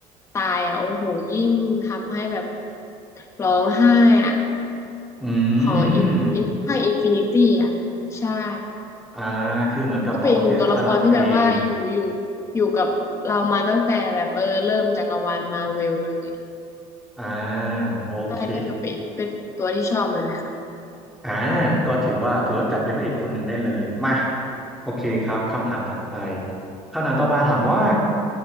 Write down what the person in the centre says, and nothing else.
อื
ม อ่า คือเหมือนกับเขาเสียสละตัวเอง
อ่า โอเค
อ่า ก็ถือว่า ถือว่าจับเป็นพระเอกคนหนึ่งได้เลย มา โอเคครับ คำถามถัดไป คำถามต่อมาถามว่า